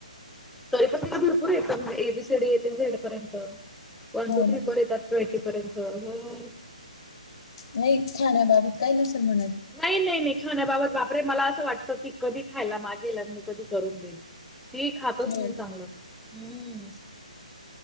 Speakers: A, in the centre; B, on the left.
A: तरी पण भरपूर येतात म्हणजे ए, बी, सी, डी येते झेड पर्यंत वन,
B: हो
A: टू, थ्री
B: ना
A: पण येतात. थर्टीपर्यंत हो.
B: नाही खाण्याबाबत काही नसेल म्हनात.
A: नाही नाही नाही खाण्याबाबत बापरे मला असं वाटतं की कधी खायला मागेल आणि मी कधी करून देईल. ते खातच नाही
B: हो
A: चांगलं हम्म.